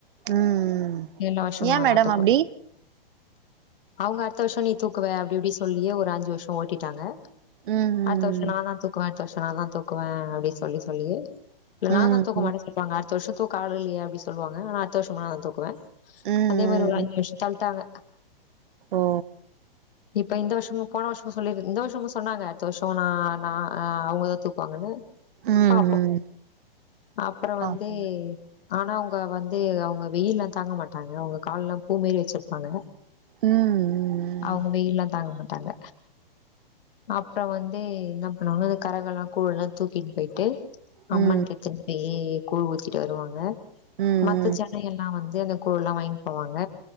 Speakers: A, on the right; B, on the left.
A: ம்
B: எல்லா வருஷமு
A: ஏ
B: நாந்தா
A: மேடம்
B: தூக்குவே
A: அப்டி
B: அவுங்க அடுத்த வருஷோ நீ தூக்குவ அப்டி இப்டி சொல்லியே ஒரு அஞ்சு வருஷோ ஓட்டிட்டாங்க
A: ம் ம்
B: அடுத்த வர்ஷோ நா தா தூக்குவே அடுத்த வருஷோ நா தா தூக்குவேன் அப்டி சொல்லி சொல்லியே இல்ல நான்
A: ம்
B: தா தூக்க
A: ம் ம்
B: மாட்டே சொல்வாங்க அடுத்த வருஷோ தூக்க ஆள் இல்லயே அப்டி சொல்வாங்க ஆனா அடுத்த வருஷமு நான் தா தூக்குவே
A: ம்
B: அதே மாரி ஒரு அஞ்சு வர்ஷோ தள்டாங்க
A: ஓ
B: இப்ப இந்த வருஷமு போன வருஷ் சொல்லி இந்த வருஷமு சொன்னாங்க அடுத்த வருஷமு நா நா அவங்கதா தூக்குவாங்கன்னு
A: ம்
B: பாப்போ
A: ம்
B: அப்புற
A: பாப்போங்க
B: வந்து ஆனா அவங்க வந்து அவங்க வெயில்லா தாங்க மாட்டாங்க அவங்க கால்லா பூ மாரி வச்சிருப்பாங்க
A: ம்
B: அவங்க வெயில்லா தாங்க மாட்டாங்க அப்பறோ வந்து என்ன பண்ணுவாங்க அந்த கரகெல்லா கூழ் எல்லா தூக்கிட்டு போயிட்டு அம்மனுக்கு
A: ம்
B: எத்துனு போய் கூழ் ஊத்திட்டு வருவாங்க
A: ம் ம்
B: மத்த ஜன எல்லா வந்து அந்த கூழுல்லா வாங்கின் போவாங்க